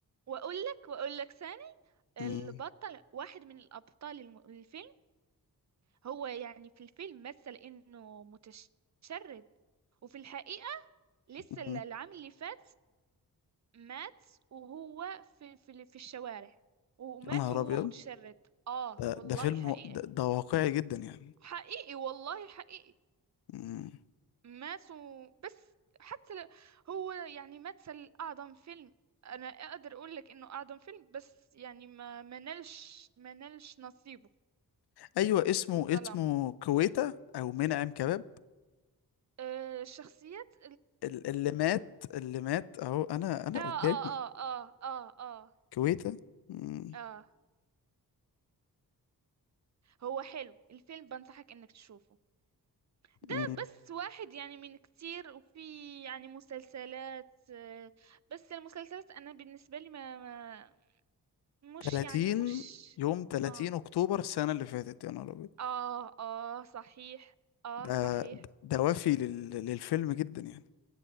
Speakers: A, on the right (about 45°); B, on the left (about 85°).
A: وأقول لك وأقول لك ثاني البطل
B: مم،
A: واحد من الأبطال الم- الفيلم هو يعني في الفيلم مثل انه متشرد وفي الحقيقة لسه
B: مم.
A: ال- العام اللي فات مات وهو في في ال- في الشوارع ومات
B: يا نهار
A: وهو
B: ابيض
A: متشرد اه
B: ده,
A: والله
B: ده فيلم
A: حقيقي
B: و- ده, ده واقعي جدا يعني
A: حقيقي والله حقيقي
B: مم.
A: مات و- بس حتى ل- هو يعني مثل اعظم فيلم انا اقدر اقول لك انه اعظم فيلم بس يعني ما ما نالش ما نالش نصيبه
B: ايوه اسمه
A: انظلموا
B: اسمه كويتا او منعم كباب
A: آه، الشخصيات
B: ال- اللي مات اللي مات اهو انا انا
A: اه
B: قدامي
A: اه اه اه اه اه
B: كويتا مم،
A: اه هو حلو الفيلم بنصحك انك تشوفه ده
B: مم.
A: بس واحد يعني من كتير وفي يعني مسلسلات آه، بس المسلسلات انا بالنسبة لي ما, ما مش
B: 30
A: يعني مش
B: يوم 30
A: اه
B: اكتوبر السنه اللي فاتت يا نهار ابيض
A: اه اه صحيح اه
B: ده
A: صحيح
B: ده وافي لل- للفيلم جدا يعني